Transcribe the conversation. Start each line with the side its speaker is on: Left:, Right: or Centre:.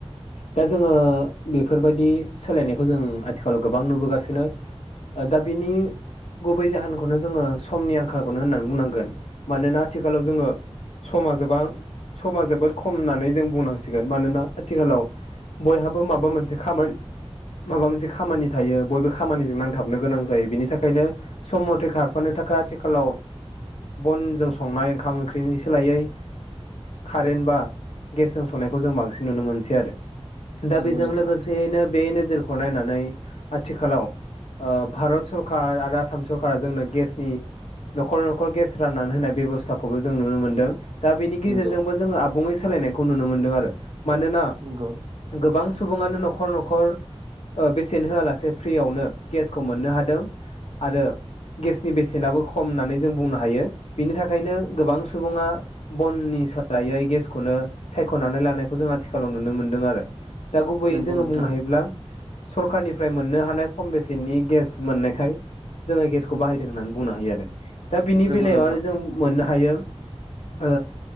Left: दा जोङो बेफोरबायदि सोलायनायखौ जों आथिखालाव गोबां नुबोगासिनो। ओ दा बिनि गुबै जाहोनखौनो जोङो समनि आंखालखौनो होननानै बुंनांगोन मानोना आथिखालाव जोङो समा जोबां समा जोबोद खम होननानै जों बुंनांसिगोन मानोना आथिखालाव बयहाबो माबा मोनसे खामानि माबा मोनसे खामानि थायो बयबो खामानिजों नांथाबनो गोनां जायो बिनि थाखायनो सम मथे खारफानो थाखाय आथिखालाव बनजों संनाय ओंखाम ओंख्रिनि सोलायै खारेनबा गेसजों संनायखौ जों बांसिन नुनो मोनसै आरो दा
Right: नंगौ
Left: बेजों
Right: नोंथां
Left: लोगोसेयैनो बे नोजोर खौ नायनानै आथिखालाव ओ भारत सरखारार आरो आसाम सरखारा जोंनो गेसनि न'खर न'खर गेस राननानै होनाय बेब'स्थाखौबो जों नुनो मोन्दों। दा बेनि गेजेरजोंबो
Right: नंगौ
Left: जोङो आबुङै सोलायनायखौ नुनो मोनदों आरो मानोना
Right: नंगौ
Left: गोबां सुबुङानो न'खर न'खर ओ बेसेन होआलासे फ्रियावनो गेसखौ मोननो हादों। आरो गेसनि बेसेनाबो खम होननानै जों बुंनो हायो बिनि थाखायनो गोबां सुबुङा बननि सोलायै गेसखौनो सायख'नानै लानायखौ जों आथिखालाव नुनो मोनदों आरो दा गुबैयै
Right: नंगौ
Left: जोङो
Right: नोंथां
Left: बुंनो हायोब्ला सरखारनिफ्राय मोननो हानाय खम बेसेननि गेस मोननायखाय जोङो गेसखौ बाहायदों होननानै बुंनो हायो आरो। दा बिनि
Right: नंगौ
Left: बेलायाव
Right: नोंथां
Left: आरो जों मोननो हायो ओ